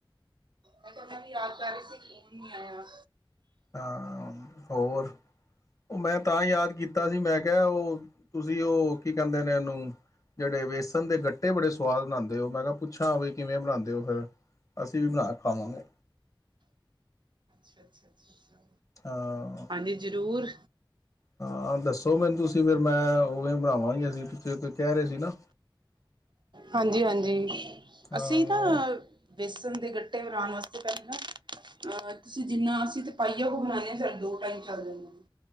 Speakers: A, on the right; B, on the left.
A: ਵੈਸੇ ਮੈਂ ਵੀ ਆਲ ਵੈਸੇ ਖੇਮ ਨੀ ਆਇਆ।
B: ਹਾਂ ਹੋਰ ਉਹ ਮੈਂ ਤਾਂ ਯਾਦ ਕੀਤਾ ਸੀ, ਮੈਂ ਕਿਹਾ ਉਹ, ਤੁਸੀਂ ਉਹ ਕੀ ਕਹਿੰਦੇ ਨੇ ਉਹਨੂੰ। ਜਿਹੜੇ ਵੇਸਣ ਦੇ ਗੱਟੇ ਬੜੇ ਸਵਾਦ ਬਣਾਉਂਦੇ ਔ, ਮੈਂ ਕਿਹਾ ਪੁੱਛਾਂ, ਬਈ ਕਿਵੇਂ ਬਣਾਉਂਦੇ ਉਹ ਫਿਰ ਅਸੀਂ ਵੀ ਬਣਾ ਕੇ ਖਾਵਾਂਗੇ।
A: ਅੱਛਾ ਅੱਛਾ ਅੱਛਾ।
B: ਹਾਂ,
A: ਹਾਂਜੀ, ਜ਼ਰੂਰ।
B: ਹਾਂ ਦੱਸੋ ਮੈਨੂੰ ਤੁਸੀਂ ਫਿਰ ਮੈਂ ਉਵੇ ਬਣਾਵਾਂਗੇ, ਅਸੀਂ ਪਿੱਛੇ ਕਹਿ ਰਹੇ ਸੀ ਨਾ।
A: ਹਾਂਜੀ-ਹਾਂਜੀ
B: ਹਾਂ
A: ਅਸੀਂ ਨਾ ਵੇਸਨ ਦੇ ਗੱਟੇ ਬਣਾਉਣ ਵਾਸਤੇ, ਪਹਿਲੇ ਨਾ। ਅਹ ਤੁਸੀਂ ਜਿੰਨਾ, ਅਸੀਂ ਤੇ ਪਾਈਏ ਕੁ ਬਣਾਨੇ ਆਂ, ਜੇੜਾ ਦੋ ਟਾਈਮ ਚੱਲ ਜਾਂਦਾਂ ਐ।